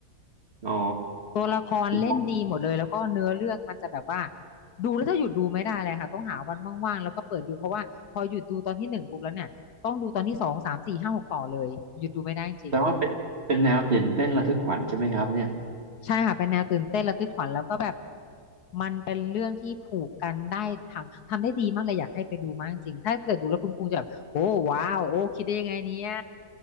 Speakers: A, on the right; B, on the left.
A: อ๋อ
B: ตัวละครเล่นดีหมดเลยแล้วก็เนื้อเรื่องมันจะแบบว่า
A: คุณอ๋อ
B: ดูแล้วจะหยุดดูไม่ได้เลยค่ะต้องหาวันว่างๆแล้วก็เปิดดูเพราะว่าพอหยุดดูตอนที่หนึ่งปุ๊บแล้วเนี่ยต้องดูตอนที่สองสามสี่ห้าหกต่อเลยหยุดดูไม่ได้จริง
A: แต่ว่าเป็นเป็นแนวตื่นเต้นระทึกขวัญใช่ไหมครับเนี่ย
B: ๆใช่ค่ะเป็นแนวตื่นเต้นระทึกขวัญแล้วก็แบบมันเป็นเรื่องที่ผูกกันได้ทำทำได้ดีมากเลยอยากให้ไปดูมากจริงๆถ้าเกิดดูแล้วคุณครูจะแบบโอ้ว้าวโอ้คิดได้ยังไงเนี่ย